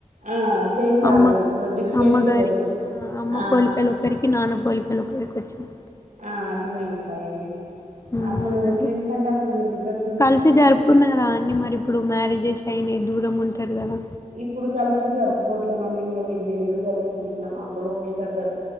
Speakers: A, on the right (about 65°); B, on the left (about 25°).
A: ఆ సేమ్ రాలేదు
B: అమ్మక్
A: డిఫరెంట్
B: అమ్మగారికి
A: గా వచ్చేసి
B: ఆహ్ అమ్మ
A: ఆ
B: పోలికలొకరికి నాన్న పోలిక్ లోకరికి వచ్చినట్
A: ఆహ్ అట్నే వచ్చి యండి
B: ఉమ్,
A: అసలు
B: అవునండి
A: ట్విన్స్ అంటే అసలు వీళ్ళిద్దర్
B: కలిసి జరుపుకున్నారా అండి మరిప్పుడు మ్యారేజ్ జేసై టైం అయి దూరం ఉంటర్ కదా
A: ఇప్పుడు కలిసి జరుపుకోట్లేమండి. ఇంకా విడి విడిగనే జరుపుకుంటున్నాం. అప్పుడు ఒకేసారి జరుప్